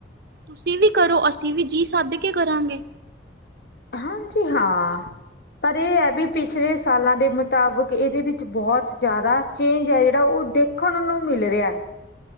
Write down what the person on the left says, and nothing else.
ਹਾਂਜੀ ਹਾਂ, ਪਰ ਇਹ ਆ ਵੀਛ ਪਿਛਲੇ ਸਾਲਾਂ ਦੇ ਮੁਤਾਬਕ ਇਹਦੇ ਵਿੱਚ ਬਹੁਤ ਜ਼ਿਆਦਾ ਚੇਂਜ ਐ ਜਿਹੜਾ ਉਹ ਦੇਖਣ ਨੂੰ ਮਿਲ ਰਿਹਾ।